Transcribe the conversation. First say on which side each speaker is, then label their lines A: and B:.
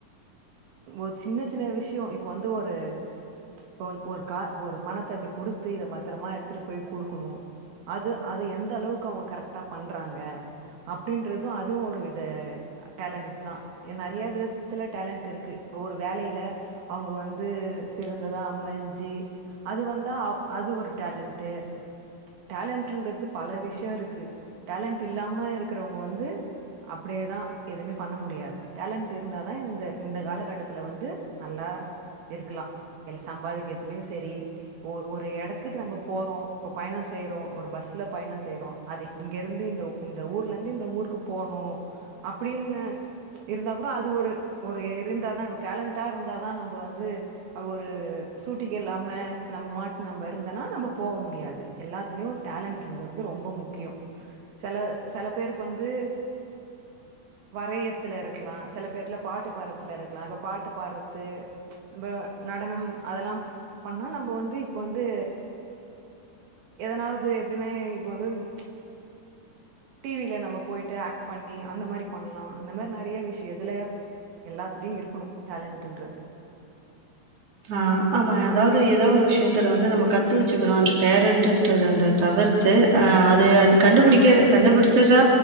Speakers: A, on the right; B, on the right.
A: ஒரு சின்ன சின்ன விஷய இப்ப வந்து ஒரு இ பணத்த இப்டி குடுத்து பத்திரமா எடுத்து போய் குடுக்கணு அது அது எந்த அளவுக்குஅவங்க கரெக்டா பண்றாங்க அப்டின்ட்ரது அதுவு ஒரு வித டேலண்ட் தா நறையா விதத்துல டேலண்ட் இருக்கு ஒவ்வொரு வேலை ல அவங்க வந்து சிறந்ததா அமஞ்சி அது வந்தா அது ஒரு டேலண்ட் டேலண்ட்டுன்றது பல விஷய இருக்கு டேலன்ட் இல்லாம இருக்கறவங்க வந்து அப்டியேதா எதுமே பண்ண முடியாது டேலண்ட் இருந்த தா இந்த காலகட்டத்தில் வந்து நல்லா இருக்கலா எல்ல சம்பாதிக்கிறதுலயு சரி ஒரு ஒரு எடத்துக்கு நம்ம போறோ இப்ப பயணோ செய்றோ ஒரு பஸ்ல பயணம் செய்யறோ அது இங்க இருந்து இந்த ஊர்ல இருந்து இந்த ஊருக்கு போனு அப்டின்னு இருந்தா கூட அது ஒரு ஒரு இருந்தாதா ஒரு டேலண்ட் டா இருந்தாதா நம்ம வந்து ஒரு சூட்டிக்க இல்லாம நம்ம மாட்டு நம்ம இருந்தனா நம்ம போவ முடியாது எல்லாத்துலயு டேலண்ட்இருக்கற்து ரொம்ப முக்கியோ சில சில பேருக்கு வந்து வரயற்துல இருக்கலா சில பேர்ல பாட்டு பாடுறத்துல இருக்கலா இப்ப பாட்டு பாடற்து இப்ப நடனம் அதெல்லா பண்ணா நம்ம வந்து இப்ப வந்து எதனாவது எப்டின்னா இப்ப வந்து ச் டி வில நம்ம போயிட்டு ஆக்ட் பண்ணி அந்த மாரி பண்ணலா இந்தந்த மாரி நறையா விஷய இதுல எல்லாத்துலயு இருக்கணு டேலண்ட்டுன்றது
B: ஆ ஆமா ஏதாவது ஏதோ ஒரு விஷயத்துல வந்து நம்ம கத்து வச்சுக்கணு அந்த டேலண்ட் ட்டுன்றத தவிர்த்து அ அதே அது கண்டுபிடிக்க கண்டுபிடிச்சதா